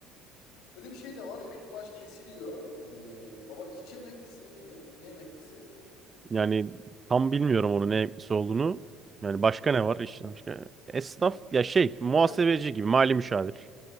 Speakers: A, on the left; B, on the right.
A: öyle bir şey de var emekli maaş kesiliyor. Ee, baban işçi emeklisi mi? Ne emeklisi?
B: Yani tam bilmiyorum onun ne olduğunu. Yani başka
A: Esnaf
B: ne var işte
A: mı?
B: başka? Esnaf
A: Yani.
B: ya şey muhasebeci
A: Ya,
B: gibi mali müşavir.